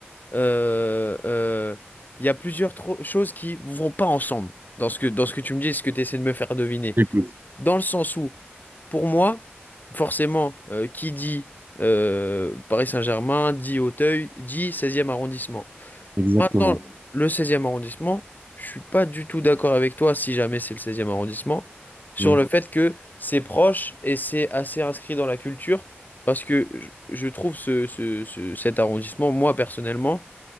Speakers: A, on the left (about 45°); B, on the right (about 55°).
A: Euh, euh, Il y a plusieurs tro- choses qui vont pas ensemble dans ce que, dans ce que tu me dis et ce que tu essaies de me faire deviner.
B: écoute,
A: Dans le sens où, pour moi, forcément, euh, qui dit euh, Paris Saint-Germain, dit Auteuil, dit seizième arrondissement.
B: exactement.
A: Maintenant, le seizième arrondissement, je suis pas du tout d'accord avec toi, si jamais c'est le seizième arrondissement, sur
B: Mm.
A: le fait que c'est proche et c'est assez inscrit dans la culture, parce que je, je trouve ce, ce- ce- cet arrondissement, moi personnellement,